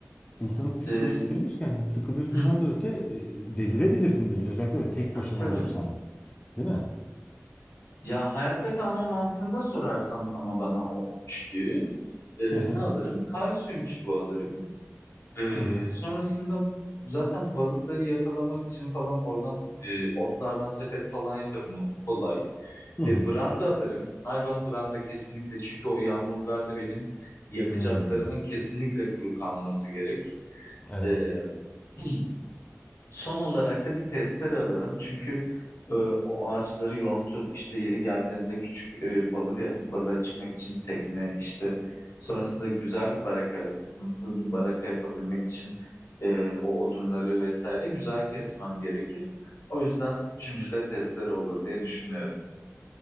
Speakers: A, on the left (about 25°); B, on the left (about 65°).
A: insanın psikolojisi
B: e,
A: demişken sıkılırsından
B: hı,
A: da öte e, delirebilirsin bile. Özellikle de tek
B: tabii
A: başına
B: tabii.
A: olursan, değil mi?
B: Ya hayatta kalma mantığında sorarsan ama bana o üçlüyü e,
A: Hı hı.
B: ne alırım? Kalsiyum çubuğu alırım. E,
A: Hı hı.
B: sonrasında zaten balıkları yakalamak için falan oradan e, otlardan sepet falan yaparım. O kolay.
A: Hı hı.
B: E, branda alırım. Naylon branda kesinlikle çünkü o yağmurlarda benim yakacaklarımın
A: Hmm,
B: kesinlikle kuru kalması gerek.
A: Evet.
B: E, <clears throat> son olarak da bir testere alırım çünkü e, o ağaçları yontup işte yeri geldiğinde küçük e, balık balığa çıkmak için tekne işte sonrasında güzel bir baraka, sızıntısız bir baraka yapabilmek için e, o odunları vesaire güzel kesmem gerekir. O yüzden üçüncü de testere olur diye düşünüyorum.